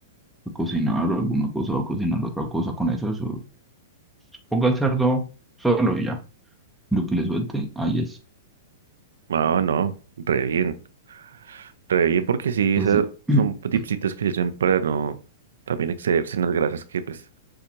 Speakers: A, in the centre; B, on the right.
A: a cocinar o alguna cosa, va a cocinar otra cosa con eso, eso. Ponga el cerdo solo y ya. Lo que le suelte, ahí es.
B: ah, no, re bien, re bien, porque sí,
A: Es
B: esas
A: así. <clears throat>
B: son tipsitos que se echan para no también excederse en las grasas, que pues